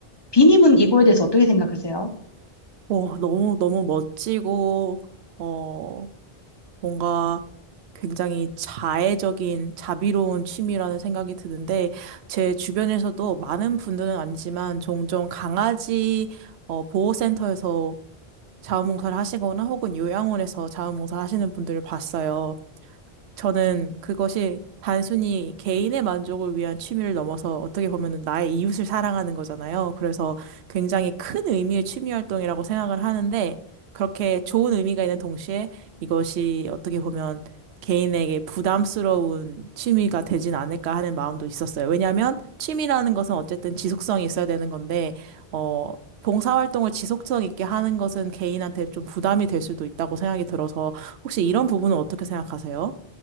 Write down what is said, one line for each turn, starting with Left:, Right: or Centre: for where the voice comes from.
Left: 비님은 이거에 대해서 어떻게 생각하세요?
Right: 오, 너무, 너무 멋지고, 어, 뭔가 굉장히 자애적인, 자비로운 취미라는 생각이 드는데, 제 주변에서도 많은 분들은 아니지만, 종종 강아지, 어, 보호센터에서 자원봉사를 하시거나 혹은 요양원에서 자원봉사 하시는 분들을 봤어요. 저는 그것이 단순히 개인의 만족을 위한 취미를 넘어서 어떻게 보면 나의 이웃을 사랑하는 거잖아요. 그래서 굉장히 큰 의미의 취미 활동이라고 생각을 하는데 그렇게 좋은 의미가 있는 동시에 이것이 어떻게 보면 개인에게 부담스러운 취미가 되진 않을까 하는 마음도 있었어요. 왜냐하면 취미라는 것은 어쨌든 지속성이 있어야 되는 건데, 어, 봉사활동을 지속성 있게 하는 것은 개인한테 좀 부담이 될 수도 있다고 생각이 들어서 혹시 이런 부분은 어떻게 생각하세요?